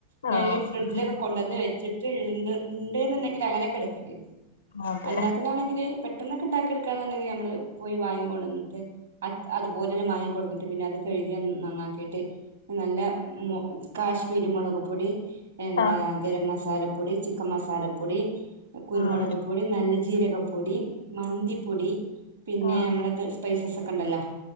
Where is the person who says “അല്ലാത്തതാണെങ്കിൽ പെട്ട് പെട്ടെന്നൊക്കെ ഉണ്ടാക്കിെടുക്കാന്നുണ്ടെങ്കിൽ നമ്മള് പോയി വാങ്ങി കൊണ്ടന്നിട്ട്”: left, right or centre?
Right